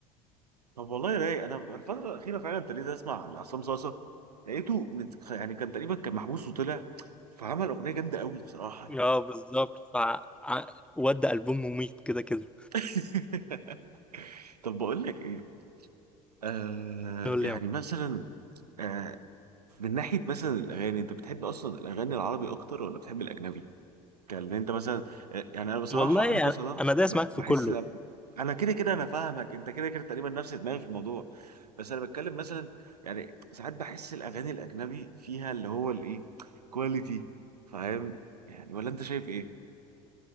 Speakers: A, on the right; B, in the centre.
A: طب والله رايق انا الفتره الاخيره فعلا ابتديت اسمع عصام صاصا لقيته مت... يعني كان تقريبا كان محبوس وطلع فعمل اغنيه جامده قوي بصراحه يعني
B: اه بالظبط ف ع- ودي البوم مميت كده كده
A: <laughs> طب بقول لك ايه آه
B: يقول
A: يعني
B: لي يا عم.
A: مثلا آه من ناحيه مثلا الاغاني انت بتحب اصلا الاغاني العربي اكتر ولا بتحب الاجنبي كان انت مثلا آه، يعني انا بصراحه
B: والله
A: انا
B: يعني
A: كصلاح
B: انا دايس
A: بح-
B: معاك في
A: بحس
B: كله
A: إن- انا كده كده انا فاهمك انت كده كده تقريبا نفس دماغي في الموضوع بس انا بتكلم مثلا يعني ساعات بحس الاغاني الاجنبي فيها اللي هو الايه كواليتي فاهم يعني ولا انت شايف ايه